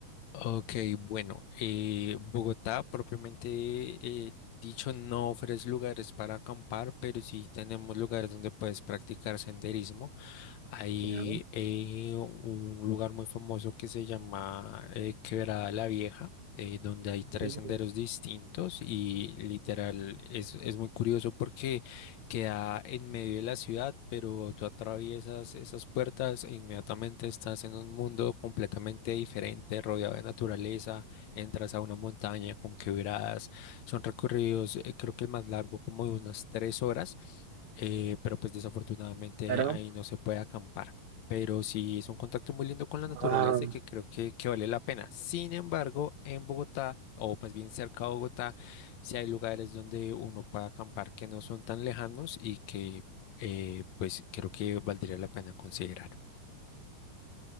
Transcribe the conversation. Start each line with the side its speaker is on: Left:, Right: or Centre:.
Left: Ok, bueno, eh, Bogotá propiamente eh, dicho no ofrece lugares para acampar, pero sí tenemos lugares donde puedes practicar senderismo. Hay
Right: Ya.
Left: eh, un lugar muy famoso que se llama eh, Quebrada la Vieja, eh, donde hay tres
Right: Mm,
Left: senderos distintos y literal es, es muy curioso porque queda en medio de la ciudad, pero tú atraviesas esas puertas e inmediatamente estás en un mundo completamente diferente, rodeado de naturaleza, entras a una montaña con quebradas, son recorridos, eh, creo que el más largo como de unas tres horas eh, pero pues desafortunadamente
Right: Claro.
Left: ahí no se puede acampar. Pero sí es un contacto muy lindo con la naturaleza
Right: Ah,
Left: y que creo que, que vale la pena. Sin embargo, en Bogotá, o más bien cerca de Bogotá, sí hay lugares donde uno puede acampar que no son tan lejanos y que eh, pues creo que valdría la pena considerar.